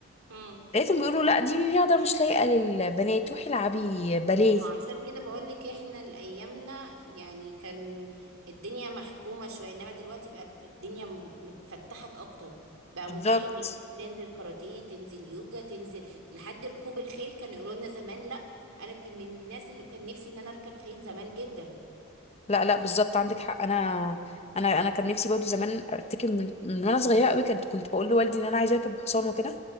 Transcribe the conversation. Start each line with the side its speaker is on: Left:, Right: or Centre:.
Right: امم
Left: لقيتهم بيقولوا لا دي رياضة مش لايقة للبنات روحي العبي باليه
Right: عشان كده بقول لك احنا الايامنا يعني كان الدنيا محكومه شويه انما دلوقتي بقت الدنيا م- متفتحت اكتر بقى
Left: بالظبط
Right: متاح ان ال- تنزل كاراتيه تنزل يوجا تنزل لحد ركوب الخيل كانوا يقولوا لنا زمان لا انا كان من الناس اللي كان نفسي ان انا اركب خيل زمان جدا
Left: لا لا بالظبط عندك حق انا انا انا كان نفسي برضه زمان ارتكب من, من وانا صغيره قوي كنت كنت بقول لوالدي ان انا عايزه اركب حصان وكده